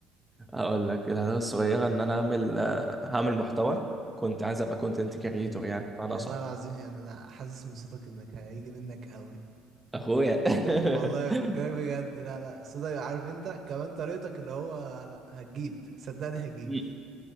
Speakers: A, in the centre; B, on the right (about 45°).
A: هقول لك الهدف الصغيرة إن أنا أعمل آه، هعمل محتوى كنت عايز أبقى كونتنت كريتور
B: مم.
A: يعني أنا
B: والله
A: صح
B: العظيم يعني أنا حاسس من صوتك إنك هيجي منك قوي
A: أخويا
B: والله
A: <laughs>
B: بكلمك بجد لا لا صوتك عارف أنت كمان طريقتك اللي هو لا هتجيب صدقني هتجيب
A: مم.